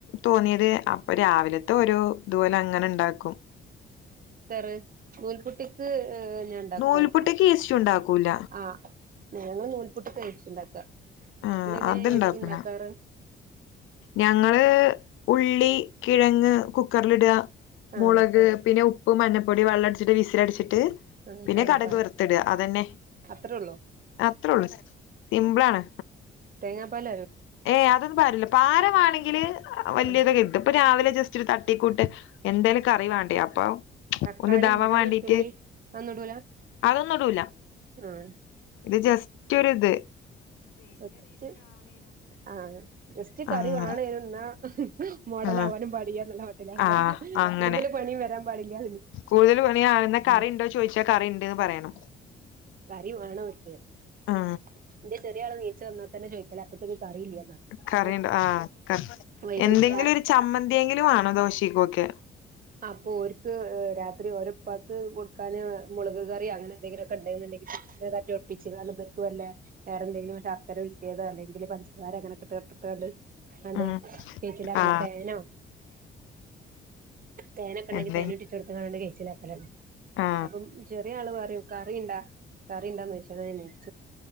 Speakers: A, on the left; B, on the right.
A: തോന്നിയത് അപ്പൊ രാവിലത്തെ ഒരു ഇതുപോലെ അങ്ങനെണ്ടാക്കും
B: റ് നൂൽപുട്ടിക്ക് ഞാ ഉണ്ടാക്കും
A: നൂൽപുട്ട്ക്ക് ഈസ്റ്റ് ഉണ്ടാക്കൂല
B: ആഹ് ഞങ്ങള് നൂൽപൊട്ട് തയ്ച്ചു ഉണ്ടാക്ക നിങ്ങള്
A: ആഹ്
B: എങ്ങനാ
A: അത്ണ്ടാക്കൂല
B: ഇസ്റ്റ് ഉണ്ടാക്കാറ്
A: ഞങ്ങള് ഉള്ളി കിഴങ്ങ് കുക്കറിലിട
B: ആഹ്
A: മുളക് പിന്നെ ഉപ്പും മഞ്ഞപ്പൊടി വെള്ളം അടിച്ചിട്ട് വിസിലടിച്ചിട്ട് ട്ട്
B: ആഹ്
A: പിന്നെ
B: തേങ്ങാപ്പാല്
A: കടക് വർത്തിട അതന്നെ
B: അത്രേ ഉള്ളൂ
A: അത്രേ ഉള്ളു സിമ്പിൾ ആണ്
B: തെങ്ങാ പാൽ
A: ഏഹ് അതൊന്നും പരലില്ല പാരമാണെങ്കില് വലിയതൊക്കെ
B: ആഹ്
A: ഇത് ഇപ്പൊ രാവിലെ ജസ്റ്റ് ഇച്ചിരി തട്ടിക്കൂട്ട് എന്തെല് കറി വേണ്ടേ അപ്പൊ
B: തക്കാളി
A: ഒന്ന് ഇതാവാൻ
B: ഇഞ്ചി
A: വാണ്ടീട്ട്
B: വെളുത്തുള്ളി അതൊന്നും ഇടൂല
A: അതൊന്നുടൂല
B: ആഹ്
A: ഇത് ജസ്റ്റ് ഒര്ത്
B: ആഹ് സ്റ്റ് അഹ് ജസ്റ്റ്‌ കറി
A: അങ്ങനെ
B: വണനു ന്നാ മോഡലാവാനും
A: ആ
B: പടിയന്നുള്ള മട്ടിലാണല്ലേ
A: ആ അങ്ങനെ
B: കൂടുതല് പണിം വരാ പാടില്ല
A: കൂടുതൽ പണിയാവുന്ന
B: <unintelligible>
A: കറി ഉണ്ടോ ചോദിച്ചാ കറി ഉണ്ട്ന്ന് പറയണം
B: കറി വേണോര്ക്ക്
A: ആ
B: <unintelligible> <unintelligible> നീച്ചന്നാ തന്ന ചോദിക്കലാ <unintelligible> <unintelligible>
A: കറിയ്ണ്ട് ആഹ്
B: വൈകും
A: എന്തെങ്കിലും
B: രാ
A: ഒരു ചമ്മന്തിയെങ്കിലും വാണം ദോശക്കൊക്കെ
B: അപ്പൊ ഒരുക്ക് രാത്രി ഒരുപ്പക്ക് കൊടുക്കാന് മുളക് കറി അങ്ങെന്തെങ്കിലൊക്കെണ്ടെന്ന ണ്ടങ്കി <unintelligible> ഒപ്പിച്ച് <unintelligible> വല്ലേ വേറെ എന്തെലും ശർക്കരഉരികിതോ അലെങ്കില് പഞ്ചസാര അങ്ങനെട്ടിട്ട് <unintelligible> അണ്ട്
A: ഉം
B: കേച്ചിലാക്കണ
A: ആ
B: തെനോ തേനൊക്കെണ്ടെങ്കി
A: എന്തെ
B: തേനൊറ്റിച്ചൊടുത്ത്കാണ്ട് കെയിച്ചലാക്കലാണ്
A: ആ
B: അപ്പം ചെറിയാള് പറ് കറിയിണ്ടാ കറിയിണ്ടാന്ന് <unintelligible>